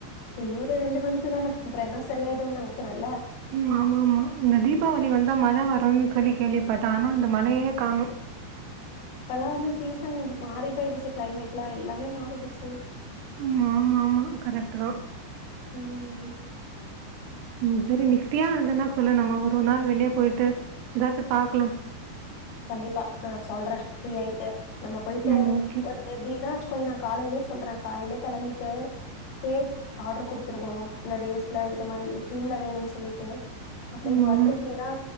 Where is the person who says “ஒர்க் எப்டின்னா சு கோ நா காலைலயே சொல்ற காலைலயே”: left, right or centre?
Left